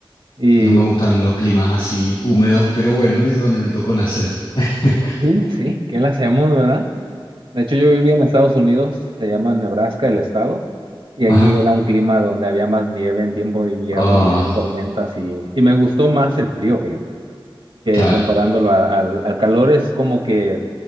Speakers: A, on the right (about 70°); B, on the left (about 70°).
A: Y
B: No me gustan los climas así húmedos, pero bueno, es donde me tocó nacer. <laughs>
A: sí, sí, ¿qué le hacemos, verdad? De hecho, yo vivía en Estados Unidos, se llama Nebraska el estado, y allí
B: Ajá.
A: era un clima donde había más nieve en tiempo de invierno,
B: Ah,
A: y había tormentas y, y me gustó más el frío, fíjate, que
B: claro,
A: comparándolo a- al, al calor es como que